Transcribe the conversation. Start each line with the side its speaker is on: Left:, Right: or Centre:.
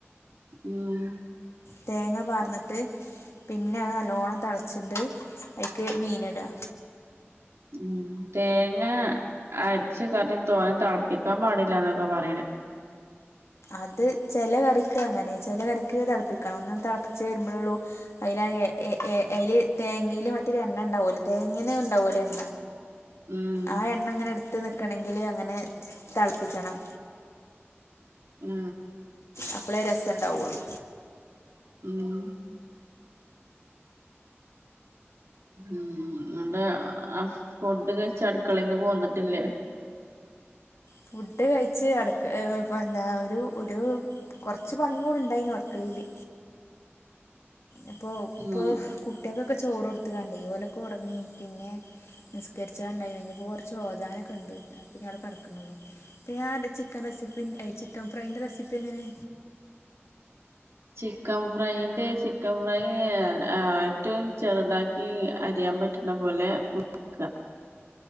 Right: ഉം
Left: തേങ്ങ പാർന്നിട്ട് പിന്നെ അത് നല്ലോണം തിളച്ചിണ്ട് അയ്ക്ക് മീന്ടാ
Right: ഉ തേങ്ങ അരച്ച കറി തോനെ തളപ്പിക്കാൻ പാടില്ലന്നൊക്കെ പറഞ
Left: അത് ചില കറി അങ്ങനെ ചില കറിക്ക് തളപ്പിക്കണം ഒന്നും തിളപ്പിച്ച് വരുമ്പോഴള്ളൂ അതിൽഏ എ എ എഅയില് തേങ്ങയില് മറ്റൊരു എണ്ണ ഉണ്ടാവലോ തേങ്ങേന്ന്ണ്ടാവല്ലോ എണ്ണ
Right: ഉം
Left: ആഹ എണ്ണ അങ്ങനെ എടുത്ത ഇട്ട് നിൽക്കണമെങ്കിൽ അങ്ങനെ തിളപ്പിക്കണം
Right: ഉം
Left: അപ്പോളേ രസണ്ടാവുള്ളു
Right: ഉം ഉം.. നട്ട് ഫുഡ് കഴിച്ച അടുക്കളയിന്ന് പോന്നിട്ടില്ലേ
Left: ഫുഡ് കഴിച്ച് അടക്ക് ഈ എന്താ ഒരു ഒരു കുറച്ച് പണി കൂടി ഉണ്ടായിരുന്നു അടക്കളയില് ഇപ്പോ
Right: ഉം
Left: ഇപ്പോ കുട്ടിയാക്കൊക്കെ ചോറ് കൊടുത്ത്ക്കാണ്ടേയ് ഓല ഉറങ്ങി പിന്നെ നിസ്കരിച്ചാ ഇണ്ടായിനി ഇഞ്ഞഹ് ഇപ്പം കുറച്ചു ഓതാനോക്കെ ഇണ്ട് പിന്നെഞ അവിടെ കിടക്കള്ളു പിന്നെ ആ ചിക്കൻ റെസിപ്പി ചിക്കൻ ഫ്രൈൻ്റെ റെസിപ്പി എങ്ങനെ
Right: ചിക്കൻ ഫ്രൈ്റെ ചിക്കൻ ഫ്രൈ ആ ഏറ്റവും ചെറുതാക്കി എ അറിയാൻ പറ്റുന്ന പോലെ നുർക്ക